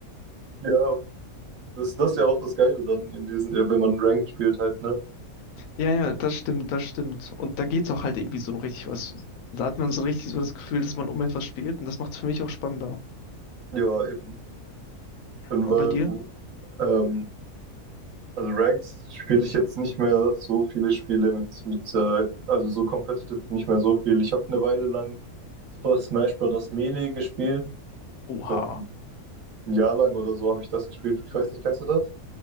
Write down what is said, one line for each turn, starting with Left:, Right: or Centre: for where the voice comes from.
Right: Ja, das, das ist ja auch das Geile dann in diesen, äh, wenn man Ranked spielt halt, ne?
Left: Ja, ja, das stimmt, das stimmt. Und da geht's auch halt irgendwie so um richtig was. Da hat man so richtig so das Gefühl, dass man um etwas spielt und das macht's für mich auch spannender.
Right: Ja, eben. Und
Left: Und
Right: weil,
Left: bei dir?
Right: ähm, also Ranked spiele ich jetzt nicht mehr so viele Spiele mit, mit äh, also so competitive nicht mehr so viel. Ich habe eine Weile lang Super Smash Bros. Melee gespielt.
Left: Oha.
Right: Ich glaube, ein Jahr lang oder so habe ich das gespielt. Ich weiß nicht, kennst du das?